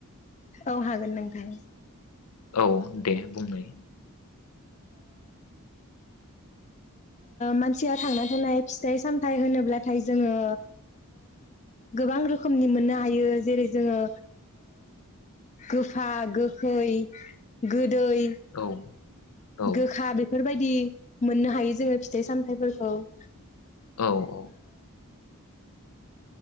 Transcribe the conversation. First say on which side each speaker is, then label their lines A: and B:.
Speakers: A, on the left; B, on the left.
A: औ हागोन नोंथां
B: औ दे बुंलाय
A: मानसिया थांना थानाय फिथाइ सामथायाइ होनोब्लाथाय जोङो गोबां रोखोमनि मोननो हायो जेरै जोङो गोफा गोगखै गो दैै
B: औ औ
A: गोखा बेफोरबायदि मोननो हायो जोङो फिथाइ सामथफोरखौ ओ
B: औ औ